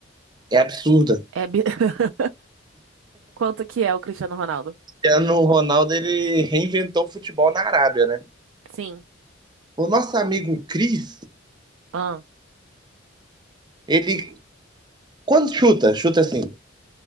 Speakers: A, on the right; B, on the right.
A: é absurda. O
B: É bi- <laughs> Quanto que é o Cristiano Ronaldo?
A: Cristiano Ronaldo, ele reinventou o futebol na Arábia, né?
B: Sim.
A: O nosso amigo Cris,
B: Ah.
A: Ele, quando chuta, chuta assim.